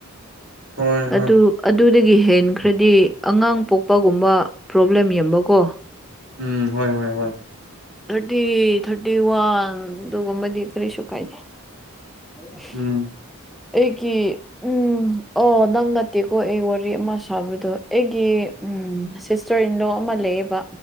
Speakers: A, on the right; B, in the centre.
A: ꯍꯣꯏ ꯍꯣꯏ
B: ꯑꯗꯨ ꯑꯗꯨꯗꯒꯤ ꯍꯦꯟꯈ꯭ꯔꯗꯤ ꯑꯉꯥꯡ ꯄꯣꯛꯄꯒꯨꯝꯕ ꯄ꯭ꯔꯣꯕ꯭ꯂꯦꯝ ꯌꯕꯀꯣ
A: ꯎꯝ ꯍꯣꯏ ꯍꯣꯏ ꯍꯣꯏ
B: ꯊꯔꯇꯤ ꯊꯔꯇꯤ ꯋꯥꯟ ꯇꯗꯨꯒꯝꯕꯗꯤ ꯀꯔꯤ ꯁꯀꯥꯏ ꯎꯝ
A: ꯎꯝ
B: ꯑꯩꯒꯤ ꯎꯝ ꯑꯣ ꯅꯪ ꯅꯠꯇꯦꯀꯣ ꯑꯩ ꯋꯥꯔꯤ ꯑꯃ ꯁꯥꯕꯤꯗꯣ ꯑꯩꯒꯤ ꯎꯝ ꯁꯤꯁꯇꯔ ꯏꯟꯂꯣ ꯑꯃ ꯂꯩꯑꯦꯕ